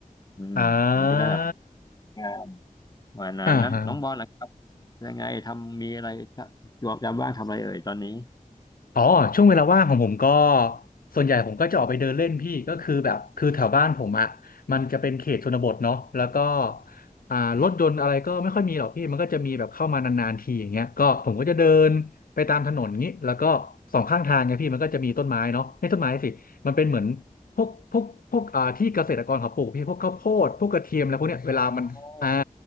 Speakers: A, on the left; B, on the left.
A: อืมมันจะได้แบบ
B: อ่า
A: อ่าวันนั้นนั้นน้องบอลนะครับ
B: อ่าฮะ
A: ยังไงทำมีอะไรจะจวบจำบ้างทำอะไรเอ่ยตอนนี้
B: อ๋อช่วงเวลาว่างของผมก็ส่วนใหญ่ผมก็จะออกไปเดินเล่นพี่ก็คือแบบคือแถวบ้านผมอ่ะมันจะเป็นเขตชนบทเนาะแล้วก็อ่ารถยนต์อะไรก็ไม่ค่อยมีหรอกพี่มันก็จะมีแบบเข้ามานานๆทีอย่างเงี้ยก็ผมก็จะเดินไปตามถนนงี้แล้วก็สองข้างทางเนี่ยพี่มันก็จะมีต้นไม้เนาะไม่ต้นไม้สิมันเป็นเหมือนพวกพวกพวกอ่าที่เกษตรกรเขาปลูกพี่พวกข้าวโพดพวกกระเทียมอะไรพวกเนี้ยเวลามันอ่า
A: อมอ๋อเ